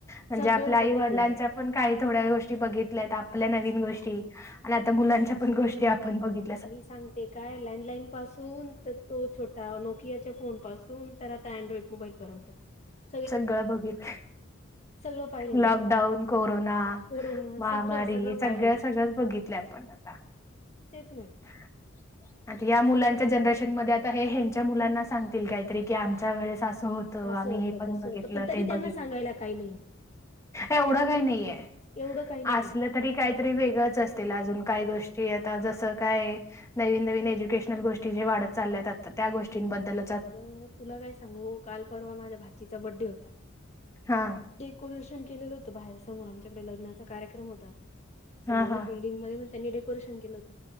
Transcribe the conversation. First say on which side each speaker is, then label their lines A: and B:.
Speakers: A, on the left; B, on the left.
A: म्हणजे
B: सगळंच
A: आपल्या आई
B: बघितलंय.
A: वडिलांच्या पण काही थोड्या गोष्टी बघितल्या आपल्या नवीन गोष्टी आणि आता मुलांच्या पण गोष्टी आपण बघित
B: मी सांग ते काय लँडलाईनपासून तर तो छोटा नोकियाच्या फोनपासून तर आता अँड्रॉइड मोबाईलपर्यंत त्त <inaudible>
A: संगळ बघित
B: सगळं पाहिलेलं
A: लॉकडाऊन,
B: आहे.
A: कोरोना,
B: कोरोना
A: महामारी
B: सगळं, सगळं
A: सगळ्या
B: पाहिलं गेलं.
A: सगळ्याच बघितल्या. पण आता
B: तेचना.
A: <inaudible> आता या मुलांच्या जनरेशन मध्ये आता हे हच्या मुलांना सांगतील काहीतरी की आमच्या वेळेस असं होत त
B: असं
A: आम्ही
B: होतं
A: बघितलं
B: तसं होतं पण तरी
A: ते
B: त्यांना
A: बघितलं
B: सांगायला काही नाही
A: एवढ काही नाही ये
B: एवढं काही नाहीये.
A: असलं तरी काहीतरी वेगळंच असतील अजून काय गोष्टी आता जसं काय नवीन, नवीन एज्युकेशनल गोष्टी जे वाढत चालल्या जातात त्या गोष्टींबद्दल
B: अगं तुला काय सांगू काल परवा माझ्या भाचीचा बड्डे होता
A: हा
B: डेकोरेशन केलेलं होतं बाहेर समोर आमच्याकडे लग्नाचा कार्यक्रम होता
A: हा
B: समोरच
A: हा
B: बिल्डिंगमध्ये मग त्यांनी डेकोरेशन केलं होत